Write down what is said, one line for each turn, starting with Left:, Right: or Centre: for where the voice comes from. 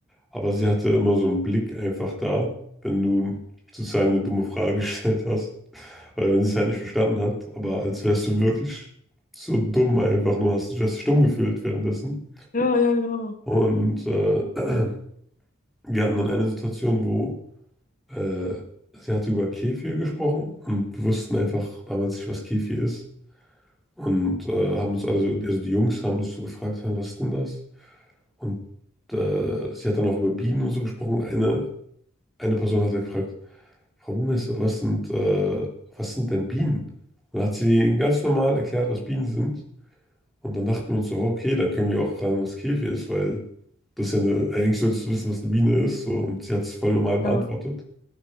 Centre: aber sie hatte immer so einen Blick einfach da, wenn du sozusagen eine dumme Frage <laughs> gestellt hast, oder wenn sie es halt nicht verstanden hat, aber als wärst du wirklich so dumm einfach, nur hast du hast dich dumm gefühlt währenddessen.
Left: Ja, ja, genau.
Centre: Und äh, <clears throat> wir hatten dann eine Situation, wo äh, sie hatte über Kefir gesprochen und wir wussten einfach damals nicht, was Kefir ist. Und äh, haben uns also, also die Jungs haben sich so gefragt, "Hä, was ist denn das? Und äh, sie hat dann auch über Bienen und so gesprochen. Und eine, eine Person hat dann gefragt, Frau Buchmeister, was sind, äh, was sind denn Bienen? Und dann hat sie ihnen ganz normal erklärt, was Bienen sind. Und dann dachten wir uns so, "Oh, okay, dann können wir auch fragen, was Käfig ist, weil das ist ja eine, eigentlich solltest du wissen, was eine Biene ist. So. Und sie hat es voll normal beantwortet.
Left: Ja.